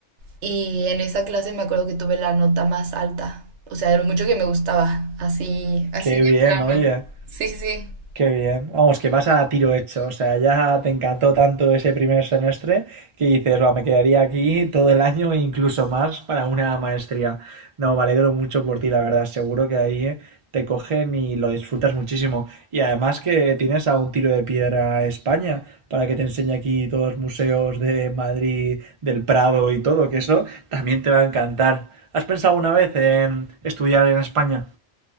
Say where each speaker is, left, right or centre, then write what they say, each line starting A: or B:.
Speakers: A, on the right (about 75°); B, on the right (about 35°).
A: Y en esa clase me acuerdo que tuve la nota más alta, o sea, de lo mucho que me gustaba, así, así
B: Qué
A: de
B: bien,
A: plano.
B: oye.
A: Sí, sí. sí.
B: Qué bien. Vamos, que vas a tiro hecho. O sea, ya te encantó tanto ese primer semestre que dices, va, me quedaría aquí todo el año e incluso más para una maestría. No, me alegro mucho por ti, la verdad. Seguro que ahí te cogen y lo disfrutas muchísimo. Y además que tienes a un tiro de piedra a España para que te enseñe aquí todos los museos de Madrid, del Prado y todo, que eso también te va a encantar. ¿Has pensado una vez en estudiar en España?